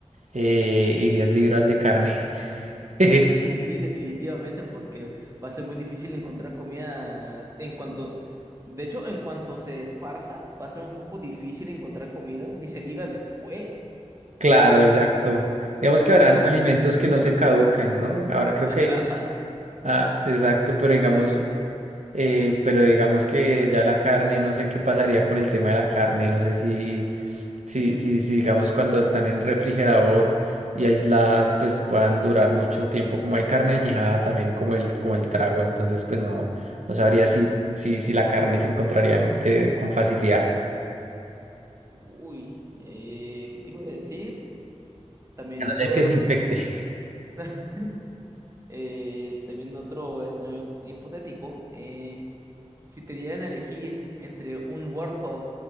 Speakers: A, on the right; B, on the right.
A: eh, y 10 libras de carne. <laughs>
B: <laughs> Sí, definitivamente, porque va a ser muy difícil encontrar comida en cuanto, de hecho, en cuanto se esparza, va a ser un poco difícil encontrar comida, ni se diga después.
A: Claro,
B: Entonces,
A: exacto. Digamos
B: yo
A: que habrán
B: creo,
A: alimentos que
B: ujú,
A: no se caducan, ¿no? Ahora creo
B: los
A: que,
B: delata,
A: ah, exacto,
B: definitivamente.
A: pero digamos, eh, pero digamos que ya la carne, no sé qué pasaría con el tema de la carne, no sé si, si, si, si digamos cuando están en refrigerador y aisladas, pues puedan durar mucho tiempo, como hay carne añejada también como el, como el trago, entonces pues no, no
B: Sí.
A: sabría si, si, si
B: Mm.
A: la carne se encontraría de- con facilidad.
B: Uy, eh, ¿qué te iba a decir? También
A: A no
B: otro
A: ser que
B: es,
A: se infecte.
B: <laughs> eh, también otro escenario hipotético. eh, si te dieran a elegir entre un Warthog